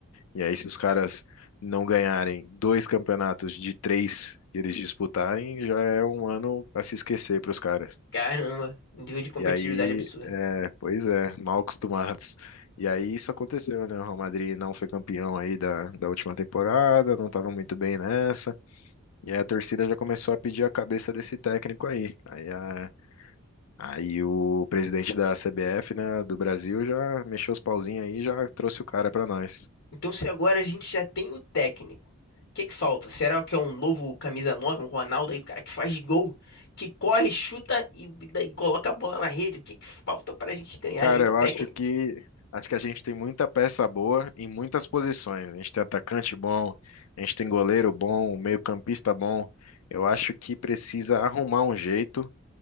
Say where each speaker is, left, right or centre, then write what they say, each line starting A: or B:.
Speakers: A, on the left; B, on the left.
A: E aí se os caras não ganharem dois campeonatos de três que eles disputarem, já é um ano pra se esquecer pros caras.
B: Caramba, nível de competitividade
A: E aí,
B: absurdo.
A: é, pois é, mal acostumados. E aí isso aconteceu, né? O Real Madrid não foi campeão aí da, da última temporada, não estava muito bem nessa. E aí a torcida já começou a pedir a cabeça desse técnico aí. Aí, a- aí o presidente da CBF, né, do Brasil já mexeu os pauzinhos aí e já trouxe o cara para nós.
B: Então, se agora a gente já tem o técnico, o que que falta? Será que é um novo camisa 9, um Ronaldo aí, o cara que faz gol, que corre, chuta e, e coloca a bola na rede? O que que falta pra gente ganhar
A: Cara,
B: além do
A: eu
B: técnico?
A: acho que acho que a gente tem muita peça boa em muitas posições. A gente tem atacante bom, a gente tem goleiro bom, um meio-campista bom. Eu acho que precisa arrumar um jeito